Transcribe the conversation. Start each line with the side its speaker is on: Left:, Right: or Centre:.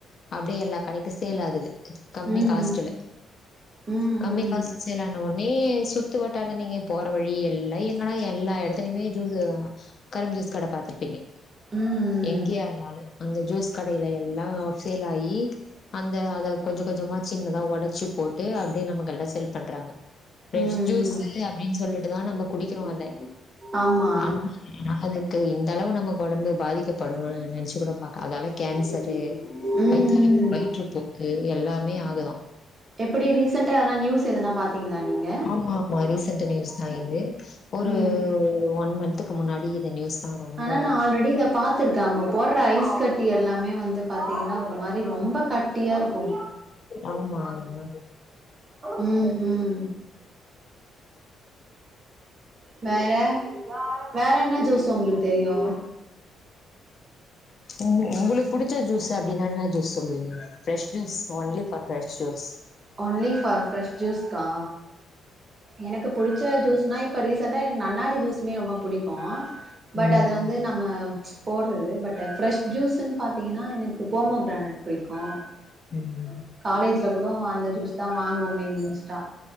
Left: அப்டியே எல்லா கடைக்கு சேல் ஆகுது கம்மி
Right: ம்
Left: காஸ்ட்டுல
Right: ம் ம்
Left: கம்மி காசுல சேல் ஆனா வொட்னே சுத்து வட்டாரத்துல நீங்க போற வழி எல்லா எங்கன்னா எல்லா எடத் த்துலயுமே ஜூஸ்ஸு கரும்பு ஜூஸ் கடை பார்த்திருப்பீங்க
Right: ம்
Left: எங்கையா அந்த ஆளு அந்த ஜூஸ் கடையில எல்லா சேலாயி அந்த அத கொஞ்ச கொஞ்சமா சின்னதா ஒடச்சுப் ட்டே அப்டியே நம்ம கடைல்ல சேல் பண்றாங்க ஃப்ரஸ்
Right: ம்
Left: ஜூஸ்ஸு அப்டின்னு சொல்லிட்டுதா நம்ம குடிக்கிறோ அத
Right: ஆமா
Left: ஆனா ஏனா அதுக்கு இந்தளவு நமக்கு ஒடம்பு பாதிக்கப்படுன்னு நெனச்சு கூட பாக்க அதாலை கேன்சரு
Right: ம்
Left: வயித்தடப்பு
Right: ம்
Left: வயிற்றுப்போக்கு எல்லாமே ஆகுதா
Right: எப்படி ரீசண்டா நா நீயுஸ் எதுனா பாத் த்திங்கலா நீங்க
Left: ஆமா ஆமா ரீசன்ட் நியூஸ் தா இது ஒரு
Right: ம்
Left: ஒன் மன்த்துக்கு முன்னாடி இது நியூஸ் தான் ரொம்ப
Right: ஆனா நா ஆல்ரெடி இத பாத்துருக் க்க அவுங்க போடுற ஐஸ் கட்டி எல்லாமே வந்து பாத்தீங்கன்னா ஒரு மாறி ரொம்ப கட்டியா இருக்கு
Left: ஆமா ஆமா
Right: உம் உம் வேற வேற என்ன ஜூஸ் உங்களுக்கு தெரியு
Left: உங்-உங்களுக்கு புடிச்ச ஜூஸ் அப்டின்னா என்ன ஜூஸ் சொல்லுவீங்க fresh juice only for fresh juice
Right: only for fresh ஜூஸ்கா எனக்கு புடிச்ச ஜூஸ்னா இப்ப ரீசென்டா எனக்கு நன்னாரி ஜூஸ்மே ரொம்ப புடிக்கு ப்போ பட்
Left: ம்,
Right: அது வந்து நம்ம போடுறது பட் ஃப்ரெஷ் ஜூஸ்னு பாத்தீங்கன்னா எனக்கு போமோகிரானட் புடிக்கு
Left: ம்,
Right: காலேஜ்ல கூடோ அந்த ஜூஸ் தா வாங்குவோமே மோஸ்ட்டா